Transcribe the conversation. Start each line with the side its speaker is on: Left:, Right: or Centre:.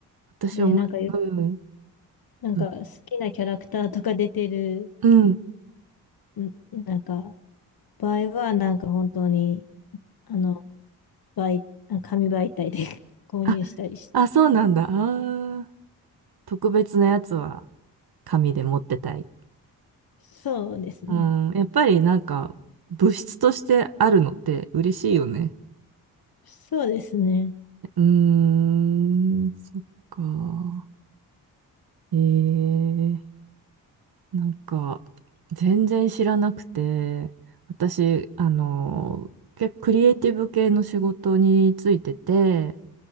Right: 私思い、
Left: で、なんかよ、
Right: うん。
Left: なんか好きなキャラクターとか出てる、
Right: うんうん
Left: んなんか、場合はなんか本当に、あの、媒、あ紙媒体で <laughs> 購入したりし、
Right: あ、あ、そうなんだ。あー特別なやつは紙で持ってたい。
Left: そうですね。
Right: うん、やっぱりなんか物質としてあるのって嬉しいよね。
Left: そうですね。
Right: うーん、そっか。えー、なんか、全然知らなくて、私、あの、結構クリエイティブ系の仕事についてて、